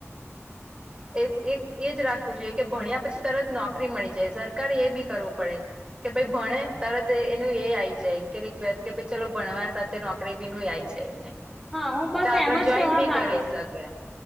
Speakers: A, in the centre; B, on the right (about 20°).
A: <unintelligible>
B: એક એક એજ રાખવું જોઈએ કે ભણ્યા પછી તરત નોકરી મળી જાય સરકારે એ બી કરવું પડે. કે ભાઈ ભણે તરત એનું એ આ આવી જાય કે રિકવેસ્ટ કેાઈ ચલો ભણવા સાથે. નોકરી બી ન જાય છે એને
A: હા હું બસ
B: તો આગળ
A: એમ જ
B: જોઈન
A: કેવા
B: બી
A: માંગુ
B: કરી શકે.
A: છું